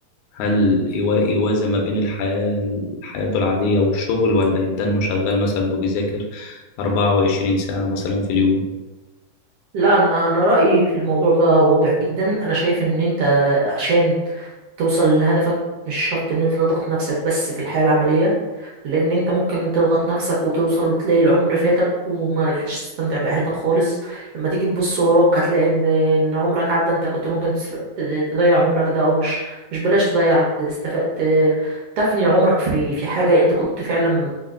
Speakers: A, on the left; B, on the right.
A: هل يوا- يوازن ما بين الحياة حياته العادية والشغل ولا يدنه شغال مثلا وبيذاكر 24 ساعة مثلا في اليوم
B: لا انا انا رايي في الموضوع ده واضح جدا انا شايف ان انت عشان توصل لهدفك مش شرط ان انت تضغط نفسك بس في الحياة العملية لان انت ممكن تضغط نفسك وتوصل وتلاقي العمر فاتك وما لحقتش تستمتع بحياتك خالص لما تيجي تبص وراك هتلاقي ان ان عمرك عدى انت كنت ممكن تسر- ت- تضيع عمرك ده او مش مش بلاش تضيع تستف... ت- تفني عمرك في في حاجة انت كنت فعلا